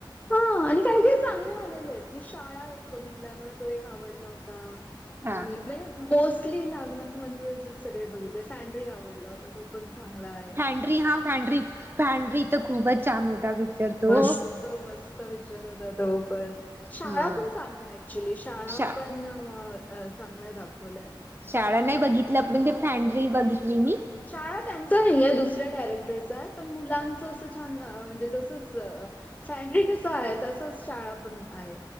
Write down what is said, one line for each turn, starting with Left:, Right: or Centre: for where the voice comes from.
Left: हा आणि काही काही चांगले आलेले आहेत. मी शाळा एक बघितलाय, मला तो एक आवडला होता.
Right: हा.
Left: आणि म्हणजे मोस्टली नागनाथ मंजुळेचे सगळे बघितले, फॅनडरी आवडला होता, तो पण चांगला आहे
Right: फॅन्ड्री हा फॅन्ड्री, फॅन्ड्री तर खूपच छान होता. पिक्चर तो.
Left: मस्त मस्त पिचर होता तो पणं शाळा
Right: हा
Left: पण चांगला हाय ऍक्च्युली, शाळा
Right: शा
Left: पण अ चांगला दाखवलाय.
Right: शाळा नाही बघितलं, पण ते फँडरी बघितली मी.
Left: शाळा त्यांचा नाहीए, दुसऱ्या डायरेक्टरचा हाय, पण मुलांचं असं छान अ म्हणजे तसच फॅन्ड्री कस आहे, तसच शाळा पण आहे.